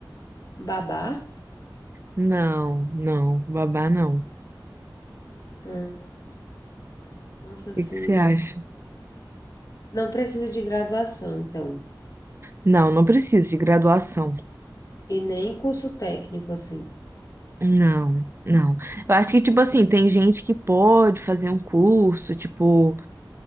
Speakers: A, on the left; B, on the right.
A: Babá?
B: Não, não, babá não. O
A: Hum, nossa, assim,
B: que que você
A: não.
B: acha?
A: Não precisa de graduação, então.
B: Não, não precisa de graduação.
A: E nem curso técnico, assim.
B: Não, não. Eu acho que, tipo assim, tem gente que pode fazer um curso, tipo,